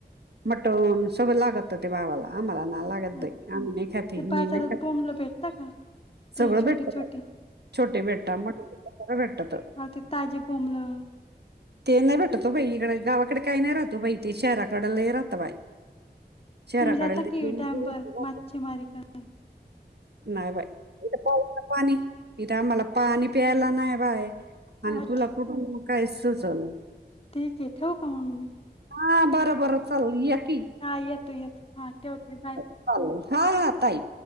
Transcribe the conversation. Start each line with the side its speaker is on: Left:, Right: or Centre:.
Right: मटण सगळ लागत ते बाबाला. आम्हाला नाही लागत.
Left: जातं. अच्छा.
Right: <unintelligible> आम्ही नाही खाती.
Left: ते बाजारात
Right: मी नाही खात.
Left: बोंबलं भेटता का? ते
Right: सगळं
Left: छोटे-छोटे,
Right: भेटतत. छोटे भेटतात ना मोठे भेटतात.
Left: आ. ते ताजे <unintelligible>
Right: ते नाही भेटत ओ बाई. इकडे गावाकडे काही नाही राहत ओ बाई. ते शहराकड लई राहत बाई. शहराकडे
Left: तुम्ही जाता
Right: लय
Left: की
Right: गेलं
Left: डॅमवरर?
Right: वस्तू राहते.
Left: मच्छीमारी कर-
Right: नाही बाई. इथे पाऊस ना पाणी. इथे आम्हाला पाणी प्यायला नाही बाय. आणि
Left: अच्छा,
Right: तुला कुठन काय सुचत.
Left: ठीक ए ठेवू का म मी?
Right: हा. बरं बरं चाल या कि,
Left: हा. येते येते. हा. ठेवते बाय.
Right: हा. हा. ताई.